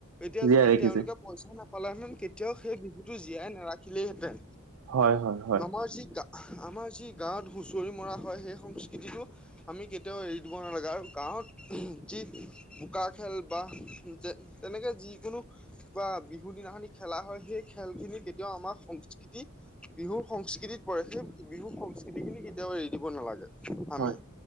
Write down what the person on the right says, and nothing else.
জীয়াই
ৰাখিছে
হয় হয় হয়
হয়